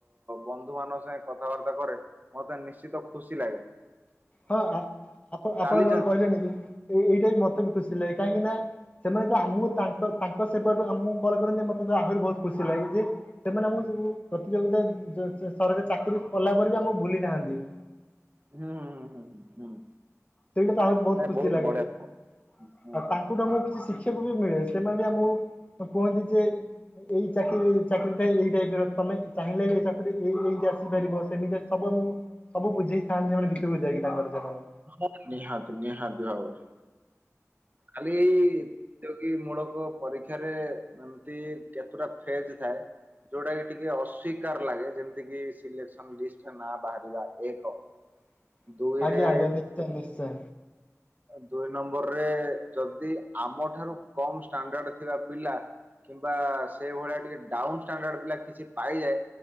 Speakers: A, on the right; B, on the left.
A: ବନ୍ଧୁ ମାନଙ୍କ ସାଙ୍ଗେ କଥାବାର୍ତ୍ତା କରେ। ମତେ ନିଶ୍ଚିତ ଖୁସିଲାଗେ।
B: ହଁ ଆପ ଆପଣ
A: ଚାଲିଛନ୍ତି
B: ଆପଣ ଯୋଉରା କହିଲେନିକି ଏଇ ଏଇଟାବି ମତେ ଖୁସିଲାଗେ କାହିଁକିନା ସେମାନେତ ଆମକୁ ତାଙ୍କ ତାଙ୍କ ସେପଟ ଆମକୁ କଲକରନ୍ତି ମତେ ଆହୁରି ବହୁତ ଖୁସି ଲାଗିଛି। ସେମାନେ ଆମକୁ ସବୁ ପ୍ରତିଯୋଗିତା <unintelligible> ସରକାର ଚାକିରି କଲା ପରେରେବି ଆମକୁ ଭୁଲି ନାହାନ୍ତି।
A: ହୁଁ ଉୁଁ ହୁଁ ହୁଁ।
B: ସେଇଟାତ ଆହୁରି ବହୁତ
A: ନାଇଁ
B: ଖୁସିଲାଗେ
A: ବଢିଆ
B: ଆଉ
A: ହୁଁ ହୁଁ
B: ତାଙ୍କୁ
A: ହୁଁ
B: ଟାକୁ କିଛି ଶିଖି ଶିଖିବାକୁବି ମିଳେ ସେମାନେ ଆମକୁ କୁହନ୍ତିଯେ ଏଇ ଚାକିରି ଚାକିରିଟା ଏଇ ଟାଇପର ତମେ ଚାହିଁଲେ ଏଇ ଚାକିରି ଏଇ ଏଇ ଆସିପାରିବ। ସେମିତି ସବୁ ଆମକୁ ସବୁ ବୁଝେଇଥାନ୍ତି ସେମାନେ ଭିତରକୁ ଯାଇକି ତାଙ୍କର ସେମାନେ।
A: ହଁ ନିହାତି ନିହାତି ଭାବରେ ଖାଲିଏଇ। ପ୍ରତିଯୋଗୀ ମୂଳକ ପରୀକ୍ଷାରେ ଏମିତି କେତେଟା ଫେଜଥାଏ? ଯୋଉଟାକି ଟିକିଏ ଅସ୍ୱୀକାର ଲାଗେ ଯେମିତିକି ସିଲେକ୍ସନ ଲିଷ୍ଟରେ ନାଁ ବାହାରିବା ଏକ
B: <inaudible>
A: ଦୁଇରେ।
B: ଆଜ୍ଞା ନିଶ୍ଚୟ ନିଶ୍ଚୟ।
A: ଦୁଇ ନମ୍ବରରେ ଯଦି ଆମଠାରୁ କମ ଷ୍ଟାଣ୍ଡାର୍ଡଥିବା ପିଲା କିମ୍ବା ସେଇ ଭଳିଆ ଟିକିଏ ଡାଉନ୍ ଷ୍ଟାଣ୍ଡାର୍ଡ ପିଲା କିଛି ପାଇଯାଏ